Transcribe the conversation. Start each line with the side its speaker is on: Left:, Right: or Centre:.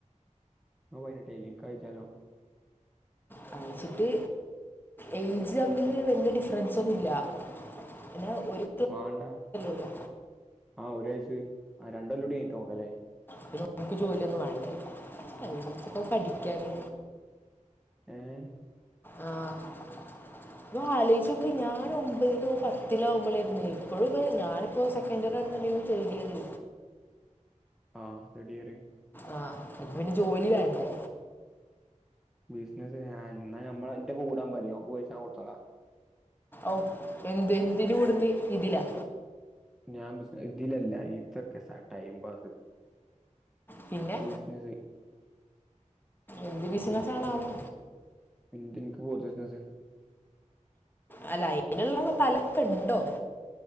Centre: അണക്ക് പയ്നട്ടയിലെ നിക്കാഹ് കൈച്ചാലോ
Left: കൈച്ചിട്ട് എയ്ജ് തമ്മില് വല്യ ഡിഫറൻസ് ഒന്നുല്ല പിന്നെ ഒരു
Centre: മാണ്ടാ
Left: ഉള്ളൂ
Centre: ആഹ് ഒരു വയസ്സ് ആഹ് രണ്ടൊല്ലം കൂടി കയ്ഞ്ഞിട്ട് നോക്കലേ
Left: പിന്നെ ഓൾക്ക് ജോലിയൊന്നും വാണ്ടേ പെൺകൊച്ചു പ്പോ പഠിക്കാന്
Centre: ഏഹ്
Left: ആഹ്
Centre: <unintelligible>
Left: അപ്പൊ ആലോച്ചൊക്കെ ഞാൻ ഒന്ന് ആലോയ്ച്ചു നോക്ക് ഒമ്പതിലോ പത്തിലോ ആവുമ്പളാരുന്നെയ് ഇപ്പഴും ഇപ്പെ ഞാന് ഇപ്പോ സെക്കൻഡറാന്നുണ്ടെങ്കിൽ ഓൻ തേർഡ് ഇയറ്
Centre: ആഹ് തേഡിയറ്
Left: ആഹ് അപ്പൊ പിന്നെ ജോലി വേണ്ടേ
Centre: ബിസിനസ് ഞ ഇന്നാ ഞമ്മള ന്റൊപ്പം കൂടാൻ പറിം ഓൻക് പൈസ ഞാൻ കൊടുത്തോളാ
Left: ഔ എന്ത് എന്തിന് കൂട്ന്ന് ഇതിലാ
Centre: ഞാൻ ബിസ് ഇതിലല്ല ഇതൊക്കെ സ ടൈം പാസ്
Left: പിന്നെ
Centre: ബിസിനസ്
Left: എന്ത് ബിസിനസണാവോ
Centre: എന്ത് ഇൻക്ക് പോത്ത് ബിസിനസ്
Left: അല്ല അയ്നുള്ള തലക്കെണ്ടോ